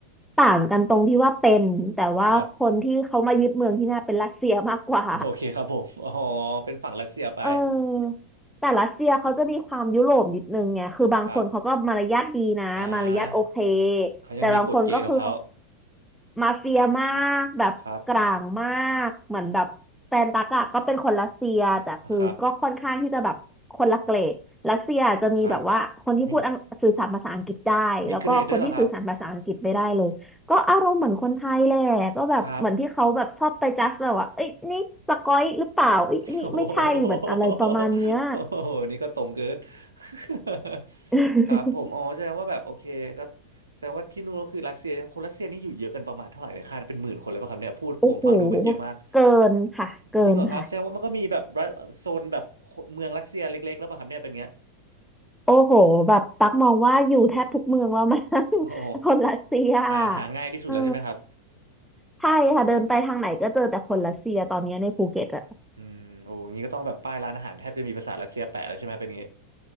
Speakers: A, in the centre; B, on the right (about 75°).
A: ต่างกันตรงที่ว่าเป็นแต่ว่าคนที่เขามายึดเมืองที่น่าเป็นรัสเซียมากกว่า
B: ครับ <laughs> โอเคครับผมอ๋อเป็นฝั่งรัสเซียไป
A: เออแต่รัสเซียเขาจะมีความยุโรปนิดนึงไงคือบางคนเขาก็มารยาทดีนะมารยาทโอเค
B: ครับอ่าเขายังมีกฎเกณฑ์ของเขา
A: แต่บางคนก็คือมาเฟียมากแบบกลางมากเหมือนแบบแฟนตักอะก็เป็นคนรัสเซียแต่คือก็ค่อนข้างที่จะแบบคนละเกรดรัสเซียจะมีแบบว่าคนที่พูดอังสื่อสารภาษาอังกฤษได้แล้วก็คนที่สื่อสารภาษาอังกฤษไม่ได้เลย
B: ครับ อ่ะครับครับมีมีเกรดด้วยเหรอครับ
A: ก็อารมณ์เหมือนคนไทยแหละก็แบบเหมือนที่เขาแบบชอบไปจัสแบบว่าเอ้ยนี่สก๊อยหรือเปล่าเอ้ยนี่ไม่ใช่เหมือนอะไรประมาณเนี้ย
B: ครับ <laughs> โอ้โหโอ้โหนี่ก็ตรงเกิน <laughs>
A: <laughs>
B: ครับผมอ๋อแสดงว่าแบบโอเคก็แสดงว่าที่นู่นก็คือรัสเซียคนรัสเซียนี่อยู่เยอะกันประมาณเท่าไหร่เนี่ยคาดเป็นหมื่นคนเลยป่ะครับเนี่ยพูดผมฟังดูเหมือนเยอะมาก
A: โอ้โหเกินค่ะเกินค่ะ
B: จริงเหรอครับแสดงว่ามันก็มีแบบรัฐโซนแบบเมืองรัสเซียเล็กๆแล้วป่ะครับเนี่ยเป็นเงี้ย
A: โอ้โหแบบตักมองว่าอยู่แทบทุกเมืองแล้วมั้ง
B: โอ้โห
A: <laughs> คนรัสเซีย
B: หาหาง่ายที่สุดแล้วใช่ไหมครับ
A: เออใช่ค่ะเดินไปทางไหนก็เจอแต่คนรัสเซียตอนนี้ในภูเก็ตอะ
B: อืมโอ้งี้ก็ต้องแบบป้ายร้านอาหารแทบจะมีภาษารัสเซียแปะแล้วใช่ไหมเป็นอย่างงี้